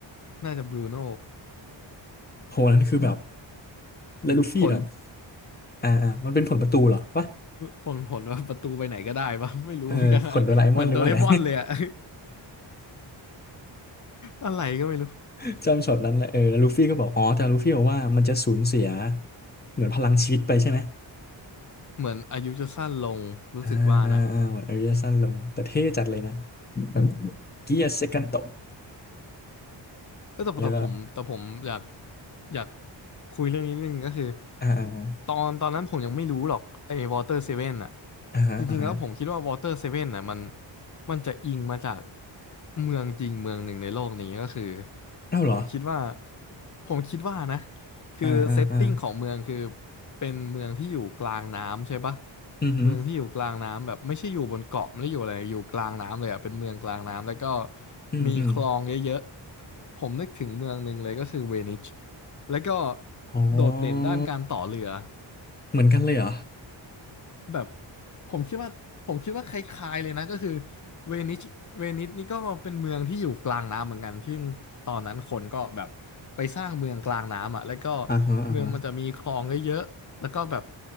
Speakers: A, on the left; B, on the left.
A: น่าจะบรูโน
B: โหนั่นคือแบบแล้วลูฟี่แบบ
A: ผล
B: อ่าอ่ามันเป็นผลประตูเหรอวะ
A: ผลผลว่าประตูไปไหนก็ได้ปะ <laughs> ไม่รู้เหมือนกันอะเหมือนโดเรมอนเลยอะ
B: เออผลโดราเอมอนหรือว่าไง
A: <laughs> อะไรก็ไม่รู้
B: <laughs> จำช็อตนั้นแหละเออแล้วลูฟี่ก็บอกอ๋อแต่ลูฟี่บอกว่ามันจะสูญเสียเหมือนพลังชีวิตไปใช่ไหม
A: เหมือนอายุจะสั้นลงรู้สึกว่านะ
B: อ่าอ่าอ่าเหมือนอายุจะสั้นลงแต่เท่จัดเลยนะแบบเกียร์เซกันโต
A: เอ้ยแต่แต่ผมแต่ผมอยาก
B: แล้วก็
A: อยากคุยเรื่องนี้นิดนึงก็คือ
B: อ่าอ่า
A: ตอนตอนนั้นผมยังไม่รู้หรอกไอ้วอเตอร์เซเว่นอะ
B: อ่าอ่าอ่าฮะ
A: จริงๆแล้วผมคิดว่าวอเตอร์เซเว่นอะมันมันจะอิงมาจากเมืองจริงเมืองหนึ่งในโลกนี้ก็คือ
B: เอ้าเหรอ
A: ผมคิดว่าผมคิดว่านะ คือเซตติ้งของเมืองคือ
B: อ่าอ่าอ่า
A: เป็นเมืองที่อยู่กลางน้ำใช่ปะ
B: อืมอหือ
A: เมืองที่อยู่กลางน้ำแบบไม่ใช่อยู่บนเกาะไม่ได้อยู่อะไรอยู่กลางน้ำเลยอ่ะเป็นเมืองกลางน้ำแล้วก็
B: อืมอืม
A: มีคลองเยอะๆผมนึกถึงเมืองหนึ่งเลยก็คือเวนิชแล้วก็
B: อ๋อ
A: โดดเด่นด้านการต่อเรือ
B: เหมือนกันเลยเหรอ
A: แบบผมคิดว่าผมคิดว่าคล้ายๆเลยนะก็คือเวนิสเวนิสนี่ก็เป็นเมืองที่อยู่กลางน้ำเหมือนกันที่ตอนนั้นคนก็แบบไปสร้างเมืองกลางน้ำอ่ะแล้วก็
B: อ่าฮะอ่าฮะ
A: เมืองมันจะมีคลองเยอะๆแล้วก็แบบ